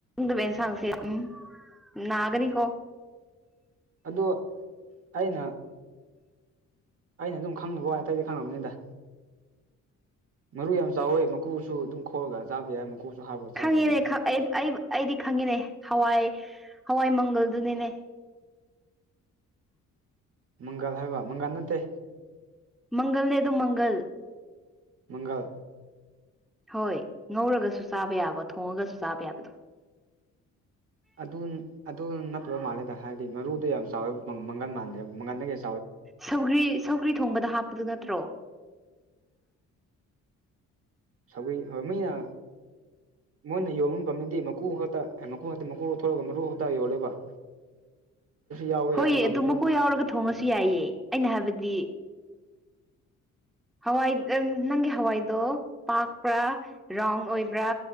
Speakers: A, in the centre; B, on the right.
A: ꯗꯕꯅ ꯁꯁꯦ ꯎꯝ ꯅꯥꯒꯅꯤ ꯀꯣ
B: ꯑꯗꯨ ꯑꯩꯅ ꯑꯩꯅ ꯑꯗꯨꯝ ꯈꯪꯗꯕ ꯋꯥ ꯑꯇꯩꯗꯤ ꯈꯪꯉꯕꯅꯤꯗ ꯃꯔꯨ ꯌꯥꯝ ꯆꯥꯎꯋꯦ ꯃꯀꯨꯁꯨ ꯑꯗꯨꯝ ꯈꯣꯑꯒ ꯆꯥꯕ ꯌꯥꯏ ꯃꯀꯨꯁꯨ ꯍꯥꯞꯄꯒ ꯆꯥꯕ
A: ꯈꯪꯉꯦꯅꯦ
B: ꯌꯥꯏ
A: ꯑꯩꯗꯤ ꯈꯪꯉꯦꯅꯦ ꯍꯋꯥꯏ ꯍꯋꯥꯏ ꯃꯪꯒꯜꯗꯨꯅꯤꯅꯦ
B: ꯃꯪꯒꯜ ꯍꯥꯏꯕ ꯃꯪꯒꯥꯜ ꯅꯠꯇꯦ
A: ꯃꯪꯒꯜꯅꯦ ꯑꯗꯨ ꯃꯪꯒꯜ
B: ꯃꯪꯒꯜ
A: ꯍꯣꯏ ꯉꯧꯔꯒꯁꯨ ꯆꯥꯕ ꯌꯥꯕ ꯊꯣꯡꯉꯒꯁꯨ ꯆꯥꯕ ꯌꯥꯕꯗꯣ
B: ꯑꯗꯨ ꯑꯗꯨ ꯅꯠꯇꯕ ꯃꯥꯜꯂꯦꯗ ꯍꯥꯏꯗꯤ ꯃꯔꯨꯗ ꯌꯥꯝ ꯆꯥꯎꯋꯦ ꯃꯪꯒꯟ ꯃꯥꯟꯗꯦ ꯃꯪꯒꯟꯗ ꯀꯩ
A: ꯁꯧꯒ꯭ꯔꯤ ꯁꯧꯒ꯭ꯔꯤ ꯊꯣꯡꯕꯗ ꯍꯥꯞꯄꯗꯨ ꯅꯠꯇ꯭ꯔꯣ
B: ꯁꯣꯏ ꯃꯅ ꯃꯣꯏꯅ ꯌꯣꯟꯕ ꯄꯝꯅꯤꯡꯗꯤ ꯃꯀꯨ ꯍꯇ ꯃꯀꯨ ꯍꯥꯛꯇ ꯃꯀꯨꯣꯊꯣꯔꯒ ꯃꯔꯨ ꯍꯞꯇꯥ ꯌꯣꯜꯂꯦꯕ <unintelligible> ꯌꯥꯎꯋꯦ
A: ꯍꯣꯏꯌꯦ
B: ꯑꯗꯨꯒ
A: ꯑꯗꯨ ꯃꯀꯨ ꯌꯥꯎꯔꯒ ꯊꯣꯡꯉꯁꯨ
B: ꯎꯝ
A: ꯌꯥꯏꯌꯦ ꯑꯩꯅ ꯍꯥꯏꯕꯗꯤ ꯍꯋꯥꯏ ꯅꯪꯒꯤ ꯍꯋꯥꯏꯗꯣ ꯄꯥꯛꯄ꯭ꯔꯥ ꯔꯥꯎꯟ ꯑꯣꯏꯕ꯭ꯔꯥ